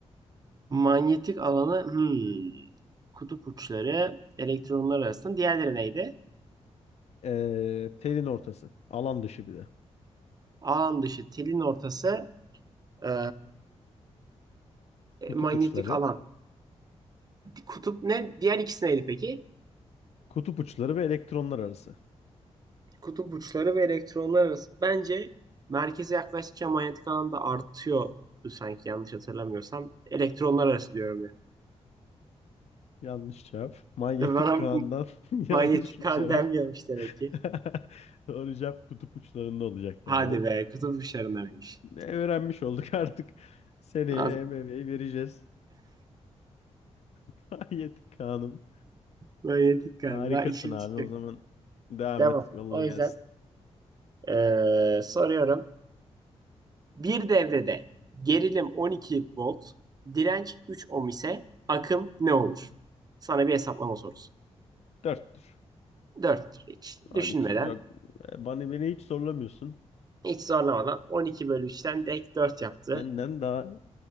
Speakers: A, on the right; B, on the left.
A: Manyetik alanı hmm, kutup uçları elektronlar arasında. Diğerleri neydi?
B: Ee, telin ortası. Alan dışı bir de.
A: Alan dışı, telin ortası, eee,
B: Kutup
A: manyetik
B: uçları.
A: alan. Kutup ne? Diğer ikisi neydi peki?
B: Kutup uçları ve elektronlar arası.
A: kutup uçları ve elektronlar arası. Bence merkeze yaklaştıkça manyetik alan da artıyor sanki yanlış hatırlamıyorsam. Elektronlar arası diyorum ya.
B: Yanlış cevap. Manyetik
A: De bana
B: kandan <laughs> yanlış
A: manyetik
B: bir
A: kan
B: cevap.
A: denmiyormuş demek ki.
B: <laughs> Doğru cevap kutup uçlarında olacaktı
A: Hadi
B: abi.
A: be kutup uçlarındanmış.
B: E, Öğrenmiş olduk <laughs> artık. Seneye
A: Lazım.
B: MMA'yi vereceğiz. <laughs> Hayet Kaan'ım.
A: Manyetik kan.
B: Harikasın
A: Daha işimiz
B: abi. O
A: yok.
B: zaman devam
A: Devam.
B: et. Yolla
A: O
B: gelsin.
A: yüzden eee, soruyorum. Bir devrede gerilim 12 volt, direnç 3 ohm ise akım ne olur? Sana bir hesaplama sorusu.
B: Dörttür.
A: 4. Hiç
B: 12.
A: düşünmeden
B: Çok, e, bana beni hiç zorlamıyorsun.
A: Hiç zorlamadan 12 bölü 3'ten direkt 4 yaptı.
B: Senden daha